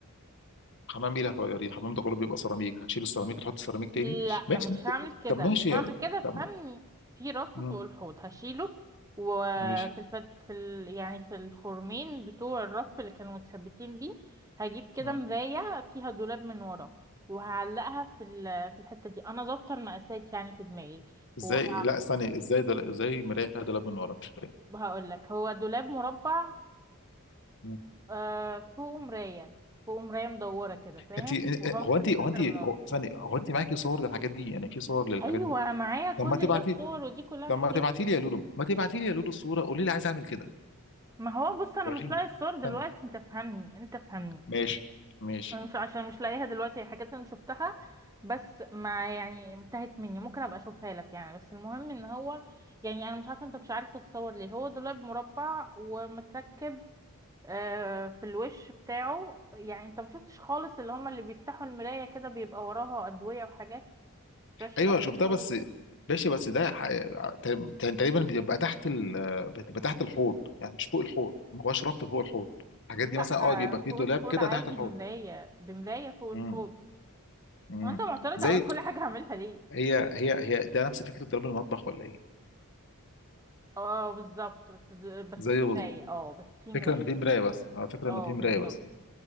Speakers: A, on the left; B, on the right.
A: حمام ايه اللي هتغيريه الحمام ده كله بيبقى سيراميك هتشيل السيراميك وتحط سيراميك تاني
B: لا
A: ماشي
B: مش هعمل كده
A: طب ماشي
B: مش هعمل كده
A: طب
B: فهمني في رف
A: مم.
B: فوق الحوض هشيله وفي
A: ماشي
B: الفت... في ال... يعني في الخرمين بتوع الرف اللي كانوا متثبتين بيه هجيب كده
A: آه.
B: مرايه فيها دولاب من ورا وهعلقها في ال... في الحته دي انا ظابطه المقاسات يعني في دماغي
A: ازاي
B: وه...
A: لا استني ازاي ده ازاي مرايه فيها دولاب من ورا مش فاهم
B: وهقول لك هو دولاب مربع
A: مم.
B: آه فوقه مرايه فوقه مرايه مدوره كده فاهم
A: انت
B: وهو
A: هو
B: في
A: انت
B: السنتر
A: هو انت
B: من ورا
A: هو استني هو انت معاكي صور للحاجات دي يعني في صور للحاجات
B: ايوه
A: دي
B: معايا كل
A: طب ما تبعتي
B: ده الصور ودي كلها
A: طب
B: حاجات
A: ما تبعتي لي يا لولو ما تبعتي لي يا لولو الصوره قولي لي عايز اعمل كده
B: ما هو بص انا
A: وريني
B: مش لاقي الصور
A: استني
B: دلوقتي انت فهمني انت فهمني
A: ماشي ماشي
B: أنا مش عشان مش لاقيها دلوقتي هي حاجات انا شفتها بس ما يعني انتهت مني ممكن ابقى اشوفها لك يعني بس المهم ان هو يعني انا مش عارفه انت مش عارف تتصور ليه هو دولاب مربع ومتركب آه، في الوش بتاعه يعني انت ما شفتش خالص اللي هما اللي بيفتحوا المرايه كده بيبقى وراها ادويه وحاجات مش في
A: ايوه
B: الافلام
A: شفتها
B: خالص
A: بس
B: دي
A: ماشي بس ده ح- كان تقريبا بيبقى تحت ال... بتبقى تحت الحوض يعني مش فوق الحوض ما هوش رف فوق الحوض الحاجات
B: لا
A: دي مثلا اه بيبقى
B: آه،
A: فيه
B: فوق
A: دولاب
B: الحوض
A: كده
B: عادي
A: تحت الحوض
B: بمرايه بمرايه فوق الحوض
A: امم امم
B: هو انت معترض
A: زي
B: على كل حاجة هعملها ليه
A: هي هي هي ده نفس فكره ضرب المطبخ ولا ايه
B: اه بالظبط بس د- بس
A: زي
B: في مراية
A: بز-
B: اه بس في
A: فكره
B: مراية
A: ان في مرايه بس اه فكره
B: اه
A: ان في مرايه
B: بالظبط
A: بس